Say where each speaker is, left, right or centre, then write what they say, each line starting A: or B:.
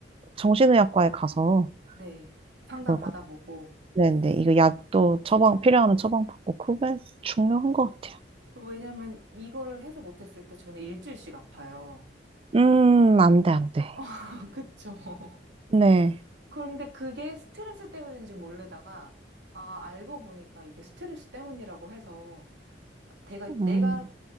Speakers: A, on the right; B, on the right.
A: 정신의학과에 가서
B: 네. 상담
A: 그걸
B: 받아보고.
A: 곧 내는데 이거 약도 처방 필요하면 처방 받고 그게 중요한 것 같아요.
B: 왜냐면 이거를 해서 못했을 때 저는 일주일씩 아파요.
A: 음, 안 돼, 안 돼.
B: <laughs> 그쵸.
A: 네,
B: 그런데 그게 스트레스 때문인지 모르다가, 아, 알고 보니까 이게 스트레스 때문이라고 해서, 내가,
A: 음,
B: 내가